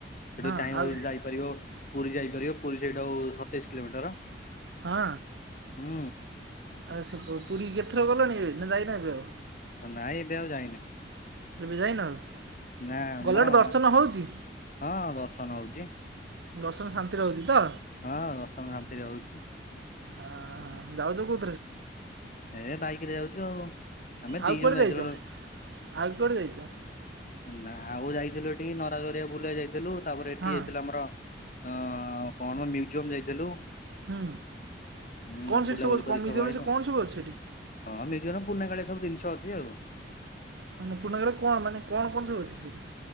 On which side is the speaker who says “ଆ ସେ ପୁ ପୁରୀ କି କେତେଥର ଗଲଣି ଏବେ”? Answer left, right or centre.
Right